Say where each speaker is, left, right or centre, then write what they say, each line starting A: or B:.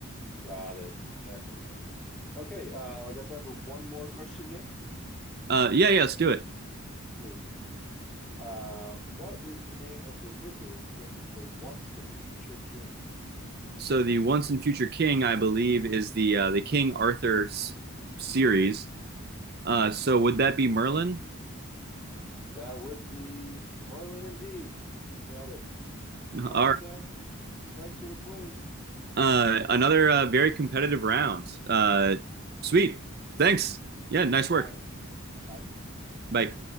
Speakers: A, in the centre; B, on the right.
A: Got it. That makes sense. Okay, uh, I got time for one more question here.
B: Uh, yeah, yeah, let's do it.
A: Sweet. Uh, what is the name of the wizard in The Once and Future King?
B: So the Once and Future King, I believe, is the uh, the King Arthur s- series. Uh, so would that be Merlin?
A: That would be Merlin indeed. Nailed it. All
B: All
A: right, man. Thanks for the quiz.
B: Uh, another uh, very competitive round. Uh, sweet. Thanks. Yeah, nice
A: All
B: work.
A: right. Bye.
B: Bye.